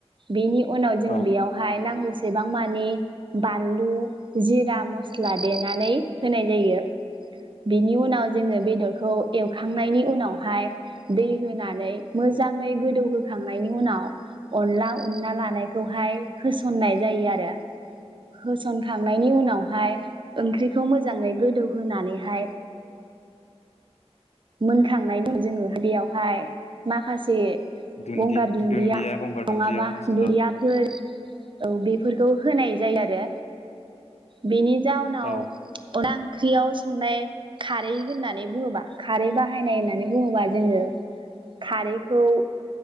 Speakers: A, on the right; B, on the left.
A: बेनि उनाव जों
B: औ
A: बेयावहाय नांगौसेबां। मानि बानलु जिरा मस्ला देनानै होनाय जायो। बेनि उनाव जोङो बेदरखौ एवखांनायनि उनावहाय दै होनानै मोजाङै गोदौहोखांनायनि उनाव अनला उनना लानायखौहाय होसननाय जायो आरो। आरो होसनखांनायनि उनावहाय ओंख्रिखौ मोजाङै गोदौ होनानैहाय। मोनखांनाय <unintelligible> जोङो बेयावहाय माखासे।
B: दुन्दि
A: गंगार दुन्दिया
B: गंगार दुन्दिया
A: नङाबा
B: मस्ला
A: दुरियाफोर। औ बेफोरखौ होनाय जायो आरो बेनि जाउनाव
B: औ
A: अन्ला ओंख्रियाव संनाय खारै होननानै बुङोबा। खारै बाहायनाय होननानै बुङोबा जोङो खारैखौ